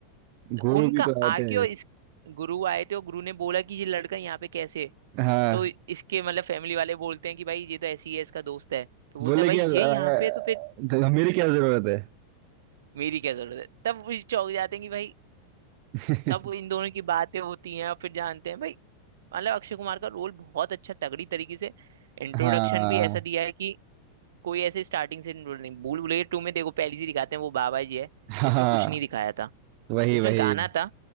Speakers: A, on the right; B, on the right.
A: गुरु
B: उनका
A: भी तो आए
B: आके
A: थे
B: और इस गुरु आए थे और गुरु ने बोला कि ये लड़का यहाँ पे कैसे है?
A: हाँ
B: तो इसके मतलब फैमिली वाले बोलते हैं कि भाई ये तो ऐसी है इसका दोस्त है तो बोलते
A: बोले
B: हैं भाई
A: कि
B: ये
A: अब, अ,
B: यहाँ पे है तो फिर
A: तो मेरी क्या जरूरत है
B: मेरी क्या जरूरत है तब वो चौंक जाते हैं कि भाई
A: <laughs>
B: तब वो इन दोनों की बातें होती हैं और फिर जानते हैं भाई मतलब अक्षय कुमार का रोल बहुत अच्छा तगड़ी तरीके से इंट्रोडक्शन
A: हाँ
B: भी ऐसा दिया है कि कोई ऐसे स्टार्टिंग से इंट्रोड नहीं भूल भुलैया टू में देखो पहली सी दिखाते हैं वो बाबा जी है
A: हाँ
B: इसमें कुछ नहीं दिखाया था
A: वही
B: इसमें
A: वही
B: गाना था